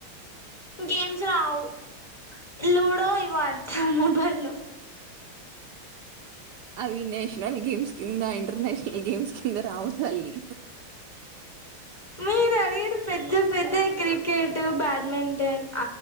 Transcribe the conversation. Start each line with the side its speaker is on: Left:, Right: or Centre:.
Left: గేమ్స్ రావు ఇ ఇవ ఆడతా మొబైల్లో
Right: అవినేష్ <unintelligible> నేషనల్ గేమ్స్ కింద ఇంటర్నేషనల్ ఈ గేమ్స్ కింద రావు తల్లి
Left: మీరు అడిగిన పెద్ద పెద్ద క్రికెట్ బ్యాడ్మింటన్